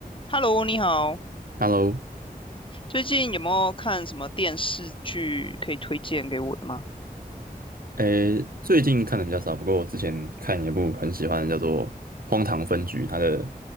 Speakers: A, on the left (about 30°); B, on the right (about 65°).
A: Hello，你好，
B: Hello，
A: 最近有没有看什么电视剧可以推荐给我的吗？
B: 诶，最近看的比较少，不过我之前看一部很喜欢的，叫做《荒唐分局》，它的